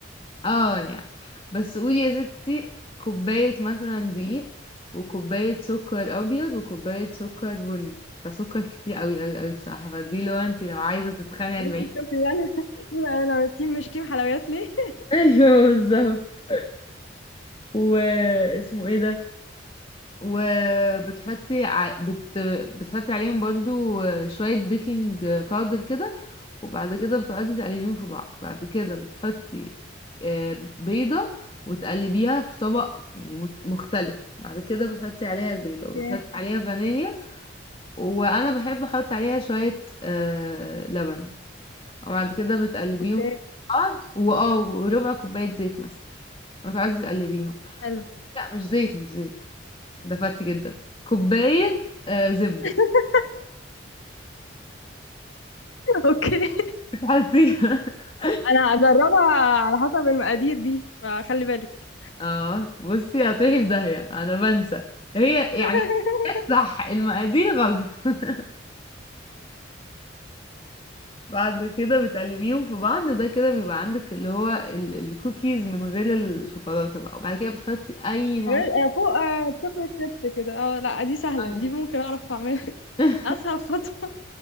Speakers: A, on the left (about 25°); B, on the left (about 80°).
A: اه يعني بس قولي يا ستي كوباية مثلا دقيق وكوباية سكر ابيض وكوباية سكر بني فسكر كتير قوي قوي قوي بصراحة فدي لو انتي لو عايزة تتخني 40
B: بس شوفي يعني <laughs> يبقى انا تيم مش تيم حلويات ليه <laughs>
A: <laughs> ايوه بالظبط واسمه ايه ده وبتحطي ع... بت... بتحطي عليهم برضو شوية بيكنج باودر كده وبعد كده بتقعدي تقلبيهم في بعض بعد كده بتحطي آه، بيضة وتقلبيها في طبق يعني مت- مختلف بعد كده بتحطي عليها البيضة
B: اوكي
A: وتحطي عليها فانيليا وأنا بحب أحط عليها شوية آه، لبن وبعد كده بتقلبيهم
B: اوكي
A: في بعض واه وربع كوباية زيت مثلا وتقعدي تقلبيهم
B: حلو
A: لا مش زيت مش زيت دفعتي جدا كوباية آه زبدة
B: <laughs> اوكي
A: بتحطيها <laughs>
B: انا هجربها على حسب المقادير دي فخلي بالك
A: اه بصي هتروحي في داهية انا بنسى هي
B: <laughs>
A: يعني صح المقادير غلط <laughs> بعد كده بتقلبيهم في بعض ده كده بيبقى عندك اللي هو ال- الكوكيز من غير الشوكولاتة بقى وبعد كده بتحطي اي نوع
B: غير- آه، فوق آه، شوكليت شيبس كده اه لا دي سهله
A: شوكولاتة
B: دي ممكن اعرف اعملها <laughs>
A: <laughs>
B: اسهل خطوه